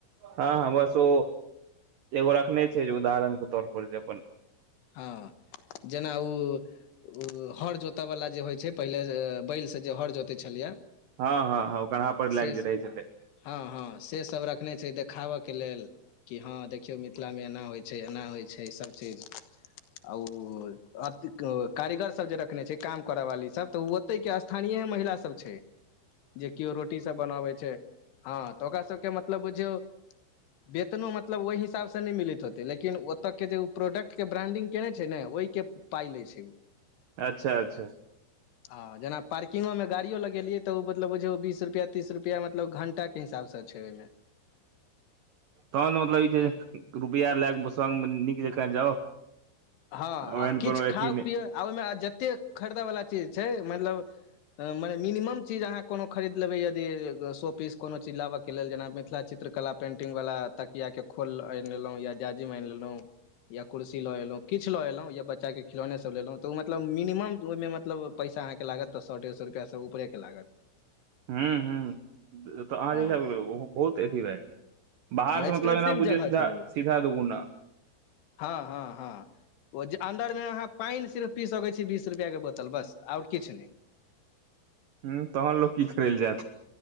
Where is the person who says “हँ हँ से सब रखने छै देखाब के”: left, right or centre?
Left